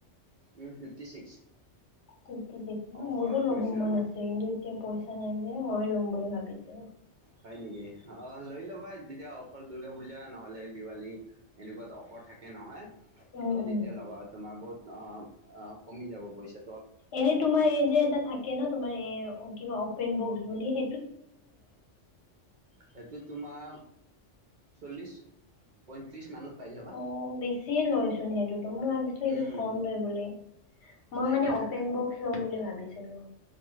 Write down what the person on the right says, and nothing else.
উম ফিফটি ছিক্স।
অফাৰত
লৈছিলোঁ
মই
হয় নেকি অ লৈ ল'বা যেতিয়া অফাৰ দুৰ্গা পূজা নহ'লে দিৱালী এনেকুৱাত অফাৰ থাকে নহয়।
তেতিয়া ল'বা তোমাৰ বহুত অ কমি যাব পইচা।
সেইটো তোমাৰ চল্লিশ পঁয়ত্ৰিশ মানত পাই যাবা
উম
নাই
নাই